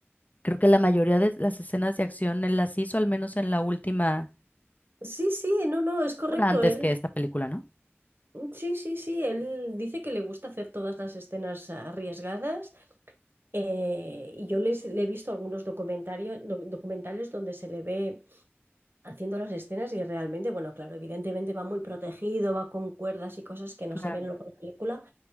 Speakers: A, on the left (about 35°); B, on the right (about 55°).
A: creo que la mayoría de las escenas de acción él las hizo, al menos en la última,
B: Sí, sí, no, no, es correcto.
A: una antes
B: Él,
A: que esta película, ¿no?
B: mm, sí, sí, sí, él dice que le gusta hacer todas las escenas arriesgadas eh, y yo les, le he visto algunos documentarios, do- documentales donde se le ve haciendo las escenas y realmente, bueno, claro, evidentemente va muy protegido, va con cuerdas y cosas que no
A: Claro.
B: se ven luego en la película,